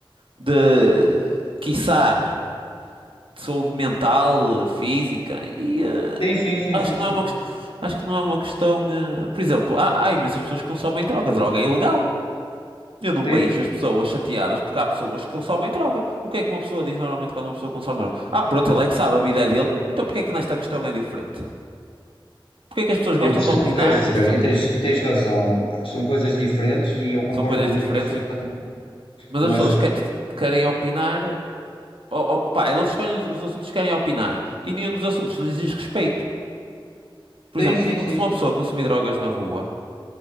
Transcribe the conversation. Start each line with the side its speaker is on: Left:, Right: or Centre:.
Right: de quiçá, de saúde mental, eh, física, e eh,
Left: Sim, sim, sim,
Right: acho
Left: sim,
Right: que não
Left: sim.
Right: é uma questão. Acho que não é uma questão. eh, Por exemplo, há, há imensas pessoas que consomem droga. Droga é ilegal. Eu não
Left: Sim.
Right: beijo as pessoas chateadas porque há pessoas que consomem droga. O que é que uma pessoa diz normalmente quando uma pessoa consome droga? Ah, pronto, ele é que sabe, a vida é dele. Então porque é que nesta questão é diferente? Porque é que as pessoas gostam
Left: Eu percebo
Right: de opinar?
Left: o que queres dizer
Right: So-
Left: e tens, e tens razão. São coisas diferentes e eu concordo
Right: São coisas
Left: contigo
Right: diferentes,
Left: que as pessoas-
Right: sim. Mas
Left: Mas
Right: as pessoas que- querem opinar. Oh, oh, pá, eles escolhem os os assuntos que querem opinar. E nenhum dos assuntos lhes diz respeito. Por
Left: sim,
Right: exemplo,
Left: sim, sim,
Right: se
Left: sim.
Right: uma pessoa consumir drogas na rua.